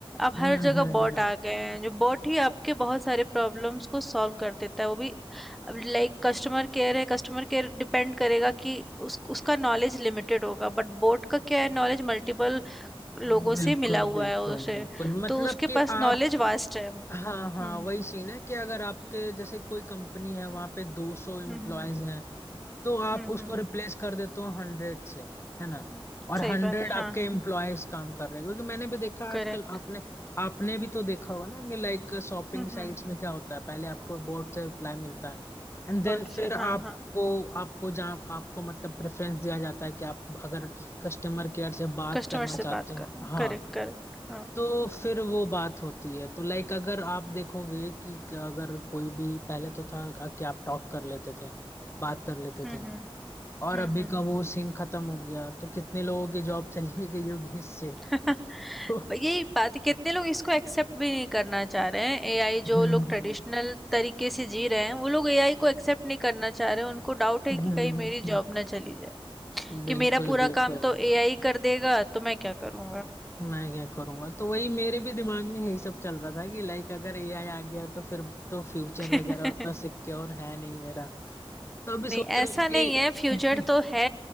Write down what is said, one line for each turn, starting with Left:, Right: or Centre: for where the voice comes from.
Centre: अब हर
Left: हम्म
Centre: जगह
Left: हम्म
Centre: बॉट आ गए हैं जो बॉट ही आपके बहुत सारे प्रॉब्लम्स को सॉल्व कर देता है वो भी अब लाइक कस्टमर केयर है कस्टमर केयर डिपेंड करेगा कि उस उसका नॉलेज लिमिटेड होगा बट बोट का क्या है नॉलेज मल्टीपल लोगों
Left: हम्म बिल्कुल
Centre: से मिला हुआ
Left: बिल्कुल
Centre: है उसे
Left: बिल्कुल मतलब
Centre: तो उसके
Left: कि
Centre: पास
Left: आप
Centre: नॉलेज वास्ट है हम्म
Left: हाँ हाँ वही सीन है कि अगर आपके जैसे कोई कंपनी है वहां पे 200 एम्प्लॉयज
Centre: हम्म
Left: हैं तो आप
Centre: हम्म
Left: उसको
Centre: हम्म
Left: रिप्लेस कर देते हो हंड्रेड से है ना
Centre: हम्म,
Left: और
Centre: सही
Left: हंड्रेड
Centre: बात
Left: आपके
Centre: हाँ हाँ
Left: एम्प्लॉयज काम कर रहे हैं क्योंकि मैंने भी देखा
Centre: करेक्ट
Left: आजकल आपने आपने भी तो देखा होगा ना कि लाइक शॉपिंग
Centre: हम्म
Left: साइट्स
Centre: हम्म
Left: में क्या होता है पहले आपको बोर्ड से रिप्लाई मिलता है एंड देन
Centre: बोट
Left: फिर
Centre: से
Left: आपको
Centre: हाँ हाँ
Left: आपको जहाँ आपको मतलब प्रेफरेंस दिया जाता है कि आप अगर कस्टमर केयर से बात
Centre: कस्टमर
Left: करना
Centre: से
Left: चाहते
Centre: बात
Left: हो
Centre: करना
Left: हाँ
Centre: करेक्ट करेक्ट हाँ
Left: तो फिर वो बात होती है तो लाइक अगर आप देखोगे कि अगर कोई भी पहले तो था कि आप टॉक कर लेते थे बात कर लेते
Centre: हम्म
Left: थे
Centre: हम्म
Left: और
Centre: हम्म
Left: अभी
Centre: हम्म
Left: का वो सीन खत्म हो गया तो कितने लोगों की जॉब चली भी गई होगी इससे
Centre: <laughs>
Left: <laughs> तो
Centre: ब- यही बात है कितने लोग इसको एक्सेप्ट भी नहीं करना चाह रहे हैं एआई जो
Left: हम्म
Centre: लोग ट्रेडिशनल तरीके से जी रहे हैं वो लोग एआई को एक्सेप्ट नहीं करना चाह रहे हैं उनको डाउट है
Left: हम्म
Centre: कि
Left: हम्म,
Centre: कहीं मेरी
Left: हम्म,
Centre: जॉब ना चली जाए कि
Left: बिल्कुल
Centre: मेरा पूरा
Left: बिल्कुल
Centre: काम तो एआई कर देगा तो मैं क्या करूंगा
Left: मैं क्या करूंगा तो वही मेरे भी दिमाग में यही सब चल रहा था कि लाइक अगर एआई आ गया तो फिर तो फ्यूचर
Centre: <laughs>
Left: वगैरह उतना सिक्योर है नहीं मेरा तो अभी
Centre: नहीं
Left: सोच रहा
Centre: ऐसा
Left: हूँ
Centre: नहीं
Left: कि
Centre: है फ्यूचर तो
Left: <laughs>
Centre: है